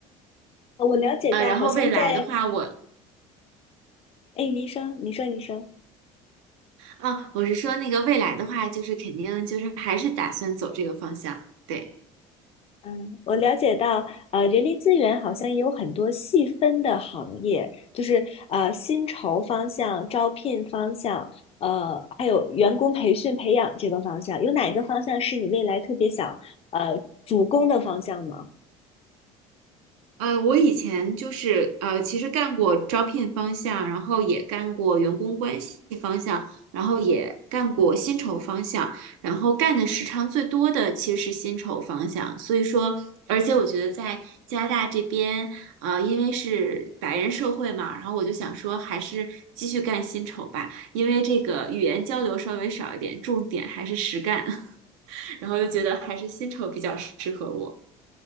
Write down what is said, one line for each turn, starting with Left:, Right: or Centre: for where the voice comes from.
Left: 呃我了解到，
Right: 呃，然后未来的话我，
Left: 好像在，哎，您说，您说，您说。
Right: 啊，我是说那个未来的话，就是肯定就是还是打算走这个方向，对。
Left: 嗯，我了解到，呃，人力资源好像也有很多细分的行业，就是呃，薪酬方向、招聘方向，呃，还有员工培训培养这个方向，有哪一个方向是你未来特别想呃主攻的方向吗？
Right: 呃，我以前就是呃，其实干过招聘方向，然后也干过员工关系方向，然后也干过薪酬方向，然后干的时长最多的其实是薪酬方向。所以说，而且我觉得在加拿大这边，呃，因为是白人社会嘛，然后我就想说，还是继续干薪酬吧，因为这个语言交流稍微少一点，重点还是实干，<laughs> 然后又觉得还是薪酬比较适合我。